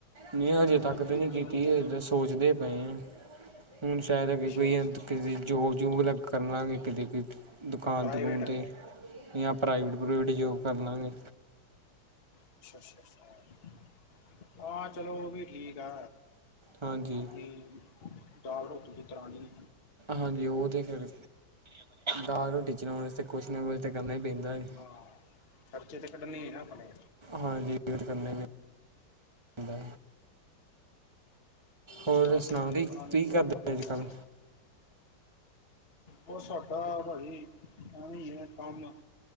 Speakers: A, on the right (about 20°); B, on the left (about 35°).
A: ਮੈਂ ਅਜੇ
B: ਜ਼ਿੰਦਗੀ
A: ਤੱਕ ਤਾਂ ਨਹੀਂ
B: ਚਲਾਉਣੀ
A: ਕੀਤੀ
B: ਪੈਣੀ
A: ਇਹ ਤਾਂ ਸੋਚਦੇ ਪਏ ਹੁਣ ਸ਼ਾਇਦ ਅੱਗੇ
B: ਅੱਛਾ
A: ਕੋਈ ਕਿਤੇ ਜੋਬ ਜਬ ਅ ਕਰ ਲਾਂਗੇ ਕਿਤੇ ਦੁਕਾਨ
B: ਪ੍ਰਾਈਵੇਟ
A: ਦੁਕੂਨ 'ਤੇ ਜਾਂਾਂ ਪ੍ਰਾਈਵੇਟ ਪ੍ਰਵੇਟ ਜੋੌਬ ਕਰ ਲਵਾਂਗੇ
B: ਅੱਾ ਅੱਛਾ ਅ ਹਾਂ ਚਲੋ ਉਹ ਵੀ ਠੀਕ ਆ
A: ਹਾਂਜੀ
B: ਆਪਣੀ ਦਾਾਲਟੋ ਜ ਦੀ ਕਰਣੀ
A: ਹਾਂਜੀ ਉਹ ਤੇ ਫਿਰ ਡਗ ਰੋਟੀ ਚਲਾਉਣ ਵਸਤੇ ਕੁਛ ਨਾ ਕੁਛ ਤਾਂ ਕਰਨਾ ਹੀ ਪੈਂਦਾ ਹੈ
B: ਹਾਂ ਖਰਚੇ ਤਕਟ ਨਹੀਂ ਨਾ ਆਪਣੇ
A: ਹਾਂਜੀ ਫੇ ਵੀ ਹਦਾ ਹੋਰ
B: ਬਸ
A: ਸੁਣਾਓ
B: ਪੇਪਰਾਂ
A: ਤੁ
B: ਨੂੰ
A: ਕੀ
B: ਬੁਰੇ
A: ਕਰਦੇ
B: ਹਾਲ ਨੇ
A: ਅੱਜ ਕੱਲ
B: ਉਹ ਸਾਡਾ ਭਾਈ ਐਵੇਂ ਹੈ ਕੰਮ